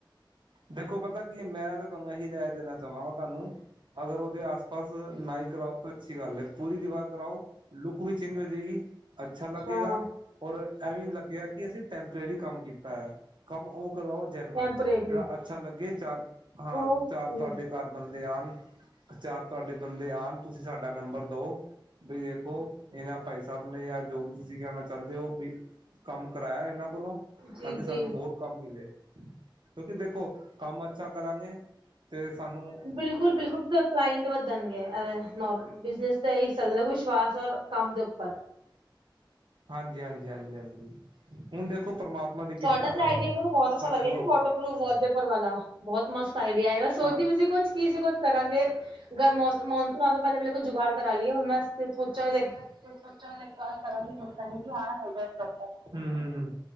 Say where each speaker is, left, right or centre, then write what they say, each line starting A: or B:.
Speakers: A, on the right (about 65°); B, on the right (about 85°).
A: ਦੇਖੋ ਪਤਾ ਕੀ, ਮੈਂ ਤਾਂ ਤੁਹਾਨੂੰ ਏਹੀ ਰੈ ਦੇਣਾ ਚਾਵਾਂਗਾ। ਤੁਹਾਨੂੰ ਅਗਰ ਉਹਦੇ ਆਸ ਪਾਸ ਨਾਈ ਕਰਾਓ ਤਾਂ ਅੱਛੀ ਗੱਲ ਹੈ ਪੂਰੀ ਦੀਵਾ ਕਰਾਓ ਲੁੱਕ ਵੀ ਚੇਂਜ ਹੋ ਹੋਗੀ, ਅੱਛਾ ਲੱਗੇਗਾ।
B: ਹਾਂ
A: ਔਰ ਐਵੀ ਨ ਲੱਗੇਿਆ ਕਿ ਅਸੀਂ ਟੈਂਪਰੇਰੀ ਕੰਮ ਕੀਤਾ ਹੈ ਕੰਮ ਉਹ ਕਰਵਾਓ ਜਨਮਲ
B: ਟੈਂਪਰੇਰੀ
A: ਜੇੜਾ ਅੱਛਾ ਲੱਗੇ ਚਾਰ ਹਾਂ
B: ਓਕੇ
A: ਚਾਰ ਤੁਹਾਡੇ ਘਰ ਬੰਦੇ ਆਣ। ਚਾਰ ਤੁਹਾਡੇ ਬੰਦੇ ਆਉਣ ਤੁਸੀਂ ਸਾਡਾ ਨੰਬਰ ਦਓ। ਬ ਦੇਖੋ ਇਹਨਾਂ ਭਾਈ ਸਾਹਿਬ ਨੇ ਜਾਂ ਜੋ ਵੀ ਤੁਸੀਂ ਕਹਿਣਾ ਚਾਹੁੰਦੇ ਹੋ ਵੀ ਕੰਮ ਕਰਾਇਆ ਇਹਨਾਂ ਕੋਲੋਂ
B: ਜੀ
A: ਤਾਂ ਕਿ ਸਾਨੂੰ
B: ਜੀ
A: ਹੋਰ ਕੰਮ ਮਿਲੇ ਕਿਉਂਕਿ ਦੇਖੋ ਕੰਮ ਅੱਛਾ ਕਰਾਂਗੇ ਤੇ ਸਾਨੂੰ
B: ਬਿਲਕੁਲ-ਬਿਲਕੁਲ ਕਲਾਇੰਟ ਵੱਧਣਗੇ। ਬਿਜਨੈਸ ਤੇ ਆਈ ਚਲਦੈ। ਵਿਸ਼ਵਾਸ ਕੰਮ ਦੇ ਉੱਪਰ
A: ਹਾਂਜੀ, ਹਾਂਜੀ, ਹਾਂਜੀ, ਹਾਂਜੀ ਹੁਣ ਦੇਖੋ ਪਰਮਾਤਮਾ ਦੀ ਕਿਰਪਾ
B: ਤੁਹਾਡਾ
A: ਸਾਨੂੰ
B: ਆਡੀਆ ਮਤਲਬ ਬਹੁਤ ਅੱਛਾ
A: ਸਾਡੇ
B: ਲੱਗਿਆ
A: ਕੋਲ
B: ਬ ਪਰੂਫ ਵੌਲਪੇਪਰ ਵਾਲਾ ਬਹੁਤ ਮਸਤ ਆਈਡੀਆ ਐ, ਸੋਚਦੀ
A: ਹਾਂ
B: ਸੀ ਕੁਛ ਕੀ ਸੀ ਕੁਛ ਕਰਾਂਗੇ। ਅਗਰ ਮੌਨਸੂਨ ਆਂਣ ਤੋਂ ਪਹਿਲੇ-ਪਹਿਲੇ ਕੋਈ ਜੁਗਾੜ ਕਰਾ ਲਈਏ। ਹੁਣ ਮੈਂ ਸੋਚਾਂ
A: ਸੋਚਾਗੇ, ਗੱਲ ਕਰਾਂਗੇ ਸੋਚਾਂਗੇ ਕਿ ਹਾਂ ਹੋ ਗ ਹੂੰ-ਹੂੰ-ਹੂੰ